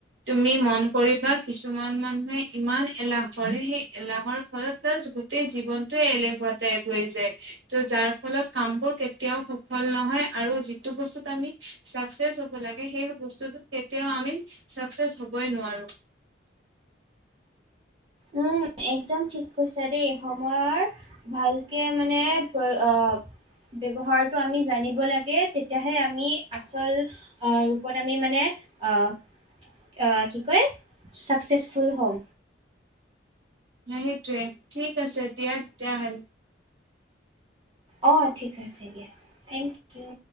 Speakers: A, on the right; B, on the right.
A: তুমি মন কৰিবা কিছুমান মানুহে ইমান এলাহ কৰে, সেই এলাহৰ ফলত <unintelligible> গোটেই জীৱনটোয়ে এলেহুৱা তে পৰি যায়, ত' যাৰ ফলত কামবোৰ কেতিয়াও সফল নহয় আৰু যি টো বস্তুত আমি চাকচেচ হ'ব লাগে সেই বস্তুত কেতিয়াও আমি ছাকচেছ হ'বই নোৱাৰো।
B: উম, একদম ঠিক কৈছা দেই সময়ৰ ভালকে মানে প্ৰই আ ব্যৱহাৰটো আমি জানিব লাগে তেতিয়াহে আমি আচল আহ ৰূপত আমি মানে আহ' আঁহ কি কয়, চাকচেছফুল হ'ম।
A: <unintelligible> সেইটোৱে ঠিক আছে দিয়া তেতিয়াহলে।
B: অঁ ঠিক আছে দিয়া, থেংক ইউ।